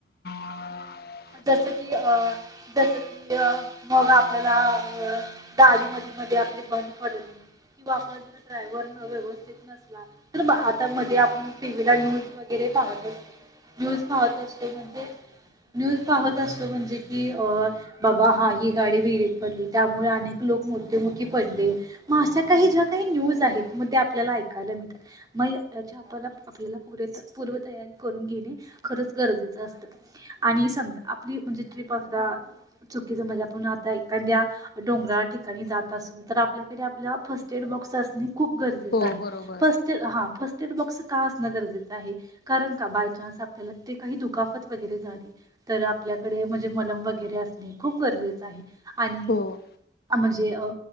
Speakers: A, on the left (about 60°); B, on the right (about 20°).
A: <inaudible>
B: जसं की अ जस की मग आपल्याला अ गाडी मधी मधी आपली बंद पडू नये. किंवा आपला जर ड्रायव्हर न व्यवस्थित नसला? आता मध्ये आपण टीव्ही ला न्यूज वगैरे पाहत असतो. न्यूज पाहत असतो म्हणजे, न्यूज पाहत असतो म्हणजे की अ बाबा हा ही गाडी विहिरीत पडली त्यामुळे अनेक लोक मृत्युमुखी पडले. मग अशा काही ज्या काही न्यूज आहेत मग ते आपल्याला ऐकायला मिळातात. मग याच्या आपला आपल्याला पुरे पूर्वतयारी करून घेणे खरंच गरजेचं असतं. आणि समजा आपली म्हणजे ट्रिप असता चुकीच म्हणजे आपण आता एखाद्या डोंगरा ठिकाणी जात असो तर आपल्याकडे आपल्या फर्स्ट एड बॉक्स असणे खूप गरजेचं
A: हो
B: आहे
A: हो बरोबर
B: फर्स्ट एड हा फर्स्ट एड बॉक्स का असणं गरजेचं आहे? कारण का बाय चान्स आपल्याला ते काही दुखाफत वगैरे झाली. तर आपल्याकडे म्हणजे मलम वगैरे असणे खूप गरजेचं आहे आणि
A: हो
B: म्हणजे अ